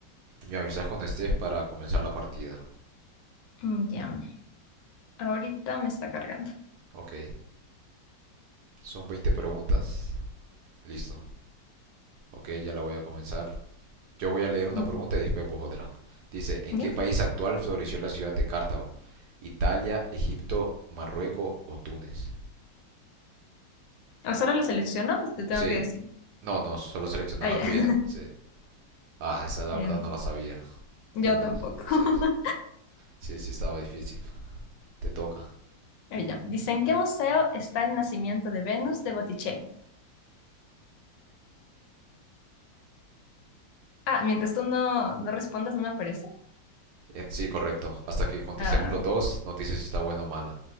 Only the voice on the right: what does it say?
me avisas cuando estés para comenzar la partida.
Ok, son 20 preguntas. Listo. Ok, ya la voy a comenzar. Yo voy a leer una
pregunta y después vos otra. Dice, ¿en qué
país actual floreció la ciudad de Cartago? Italia, Egipto, Marruecos o Túnez.
Sí,
no, no, solo selecciona
la
tuya.
Sí. Ah, esa la
verdad no la sabía.
Túnez.
Sí,
sí, sí estaba difícil. Te toca.
Eh, sí, correcto. Hasta que contestemos
los dos, nos dice si está buena o mala.